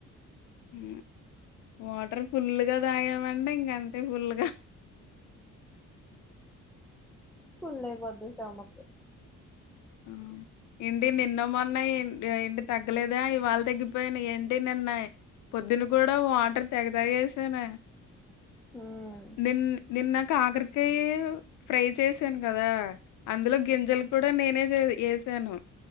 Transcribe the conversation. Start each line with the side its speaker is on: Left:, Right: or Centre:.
Left: హ్మ వాటర్ ఫుల్గా తాగమంటే ఇంక అంతే ఫుల్గా
Centre: ఫుల్ అయిపోది స్టమక్
Left: ఆ ఏంటి నిన్న మన్నాయి ఏంటి తగ్గలేదా ఇవాళ తగ్గిపోయాను ఏంటి నిన్నయ్ పొద్దున్న కూడా వాటర్ తెగ తాగేసానే
Centre: ఉమ్
Left: నిన్ నిన్న కాకరకాయ ఫ్రై చేసాను కదా అందులో గింజలు కూడా నేనే వేసాను